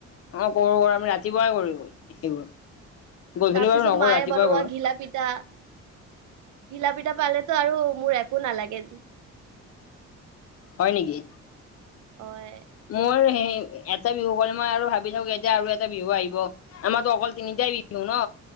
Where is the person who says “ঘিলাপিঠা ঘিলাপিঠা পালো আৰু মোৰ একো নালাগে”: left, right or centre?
Right